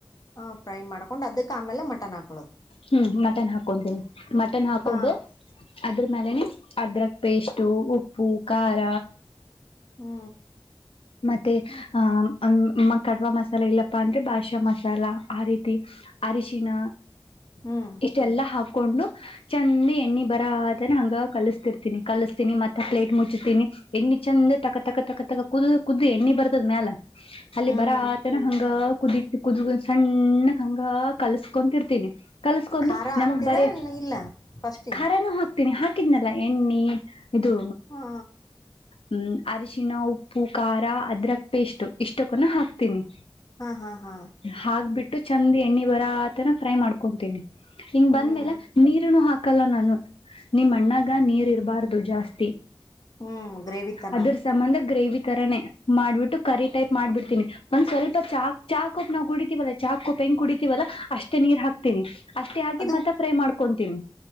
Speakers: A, on the left; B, on the left.
A: ಹ ಫ್ರೈ ಮಾಡ್ಕೊಂಡ್ ಅದಕ್ ಆಮೇಲೆ ಮಟನ್ ಹಾಕೊಳ್ಳದು
B: ಹ್ಮ್ ಮಟನ್ ಹಾಕೊಂತೀನಿ ಮಟನ್ ಹಾಕೊಂಡು
A: ಹಾ
B: ಅದ್ರ ಮೇಲೆನೆ ಅದ್ರಕ್ ಪೇಸ್ಟು ಉಪ್ಪು ಖಾರ
A: ಹ್ಮ
B: ಮತ್ತೆ ಅಹ ಕಡವಾ ಮಸಾಲೆ ಇಲ್ಲಪ್ಪಾ ಅಂದ್ರೆ ಬಾಷಾ ಮಸಾಲ ಆ ರೀತಿ ಅರಶಿನ
A: ಹ್ಮ್
B: ಇಷ್ಟೆಲ್ಲಾ ಹಾಕ್ ಕೊಂಡು ಚಂದ ಎಣ್ಣಿ ಬರಾತನ ಹಂಗ ಕಲಸ್ತಿರ್ತೀನಿ ಕಲಸ್ತೀನಿ ಮತ್ತ ಪ್ಲೇಟ್ ಮುಚ್ತೀನಿ ಎಣ್ಣಿ ಚಂದ ತಕ ತಕ ತಕ ತಕ ಕುದ ಕುದ ಎಣ್ಣಿ ಬರ್ತದ ಮ್ಯಾಲ ಅಲ್ಲಿ
A: ಹ್ಮ್
B: ಬರಾತನ ಹಂಗ ಕುದ ಕುದಕ ಸಣ್ಣ ಹಂಗ ಕಲಸ್ಕೊಂತರ್ತೀನಿ ಕಲ್ಸ್ಕೊಂಡು
A: ಖಾರ ಹಾಕ್ತೀರಾ
B: ನಮಗ್ ಬರೀ
A: ಇಲ್ಲ ಫಸ್ಟಿಗೆ
B: ಖರನು ಹಾಕ್ ಹಾಕಿದ್ನಲ್ಲ ಹಾಕಿದ್ನಲ್ಲಾ ಎಣ್ಣೆ ಇದು
A: ಹಾ
B: ಹ್ಮ ಅರಶಿಣ ಉಪ್ಪು ಖಾರ ಅದ್ರಕ್ ಪೇಸ್ಟ್ ಇಷ್ಟಕ್ಕುನು ಹಾಕ್ತೀನಿ
A: ಹಾ ಹಾ ಹಾ
B: ಹಾಕ್ಬಿಟ್ಟು ಚಂದ ಎಣ್ಣಿ ಬರ ಆ ತರ ಫ್ರೈ ಮಾಡ್ಕು ಮಾಡ್ಕೊಂತೀನಿ ಹಿಂಗ್
A: ಹ್ಮ್
B: ಬಂದ್ಮೇಲ ನೀರು ಹಾಕ ಹಾಕಲ್ಲ ನಾನು ನಿಮ್ಮ ಅಣ್ಣಗ ನೀರ್ ಇರ್ಬಾರ್ದು ಜಾಸ್ತಿ
A: ಹ್ಮ್ ಗ್ರೇವಿ ತರ
B: ಅದ್ರ ಸಂಬಂಧ ಗ್ರೇವಿ ತರಾನನೆ ಮಾಡ್ಬಿಟ್ಟು ಕರಿ ಟೈಪ್ ಮಾಡ್ಬಿಡ್ತೀನಿ ಒಂದ್ ಸ್ವಲ್ಪ ಚಾ ಚಾ ಕಪ್ ನಾವು ಕುಡಿತೀವಲ್ಲ ಚಾಕ್ ಕಪ್ ಹೆಂಗ್ ಕುಡಿತೀವಲ್ಲ ಅಷ್ಟೇ ನೀರ್ ಹಾಕ್ <unintelligible> ಅಷ್ಟೇ ಹಾಕಿ
A: ಅದು
B: ಮತ್ತೆ ಫ್ರೈ ಮಾಡ್ಕು <unintelligible>